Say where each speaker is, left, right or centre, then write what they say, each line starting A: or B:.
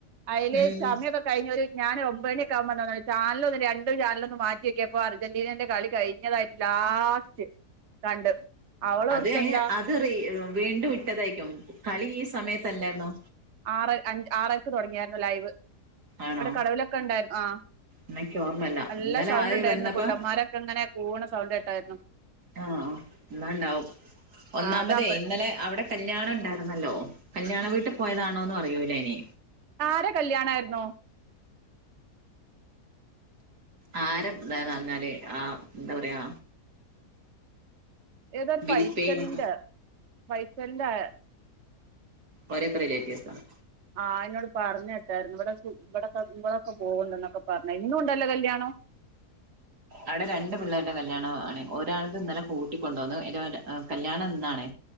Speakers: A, on the right (about 50°); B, on the right (about 80°).
A: അയില്
B: ഉം
A: സമയൊക്കെ കഴിഞ്ഞ് ഒര് ഞാന് ഒമ്പ മണിയൊക്കെ ആകുമ്പോ എന്താന്നോ ചാനല് ഒന്ന് രണ്ടും ചാനലൊന്ന് മാറ്റി നോക്കിയപ്പോ അർ അർജന്റീനന്റെ കളി കഴിഞ്ഞതായിട്ട് ലാസ്റ്റ് കണ്ട് അവളോർത്തെന്താ
B: അത് അയിന് അത് റീ വീണ്ടും ഇട്ടതായിരിക്കും കളി ഈ സമയത്തല്ലായിരുന്നോ
A: ആറര അഞ്ച് ആറരക്ക് തൊടങ്ങിയായിരുന്നു ലൈവ്
B: ആണോ
A: ഇവിടെ കടവിലൊക്കെ ഇണ്ടായിരുന്നു ആഹ്
B: എനിക്ക് ഓർമ്മല്ല
A: നല്ല
B: ഇന്നലെ
A: സൗണ്ട്
B: അത്
A: ഇണ്ടായിരുന്നു
B: വന്നപ്പോ
A: കുണ്ടന്മാരൊക്കെ ഇങ്ങനെ കൂവണ സൗണ്ട് കേട്ടായിരുന്നു
B: ആഹ് ആഹ് ഇന്നാണ്ടാവും ഒന്നാമതേ
A: ആ അതാ
B: ഇന്നലെ അവിടെ കല്യാണം ഇണ്ടായിരുന്നല്ലോ കല്യാണ വീട്ട് പോയതാണോന്ന് അറിയൂല ഇനി
A: ആരെ കല്യാണായിരുന്നു?
B: ആരെ ഇതാന്ന് പറഞ്ഞാല് ആഹ് എന്താ പറയാ
A: ഏതോരു
B: ബിരിപ്പേരി
A: ഫൈസലിന്റെ ഫൈസലിൻ്റെ
B: ഒരൊക്കെ റിലേറ്റീവ്സ് ആണ്
A: ആഹ് ഇന്നോട് പറഞ്ഞ കേട്ടായിരുന്നു ഇവിടെ ഇവിടെക്കെ ഇവിടെക്കെ പോവണ്ട്ന്നൊക്കെ പറഞ്ഞ ഇന്നും ഇണ്ടല്ലോ കല്യാണം
B: അവിടെ രണ്ട് പിള്ളേരുടെ കല്യാണ ആണ് ഒരാളത് ഇന്നലെ കൂട്ടിക്കൊണ്ട് വന്നു ഇനി ഓൻ്റെ കല്യാണം ഇന്നാണ്